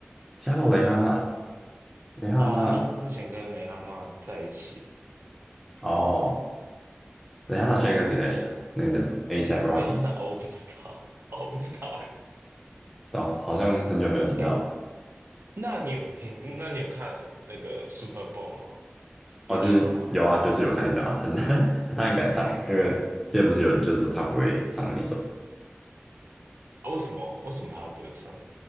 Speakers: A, in the centre; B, on the right.
A: 家暴蕾哈娜，蕾哈娜，
B: 对啊。他就是之前跟蕾哈娜在一起，
A: 哦，蕾哈娜现在跟谁在一起啊？那个叫什么 A$AP Rockies？
B: 蕾哈娜哦我不知道，哦我不知道哎、
A: 哦，好像很久没有听到。
B: 哎，那你有听？那你有看那个 Super Bowl 吗？天君喇嘛的、
A: 哦，就是有啊，
B: 啊
A: 就是有看那段啊，很 <laughs> 他很敢唱诶，因为之前不是有人就是说他不会唱那一首，
B: 为什么为什么他不会唱？